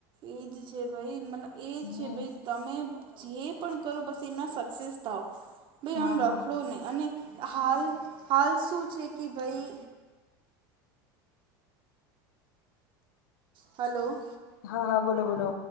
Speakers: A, on the right; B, on the left.
A: એજ છે, ભાઈ મતલબ એજ
B: હમ
A: છે, ભાઈ તમે જે પણ કરો બસ એમાં સક્સેસ થાવ ભાઈ
B: હા
A: આમ રખડો
B: હા
A: નહી અને- હાલ હાલ શું છે. કે ભાઈ! હલો.?
B: હા હા બોલો બોલો.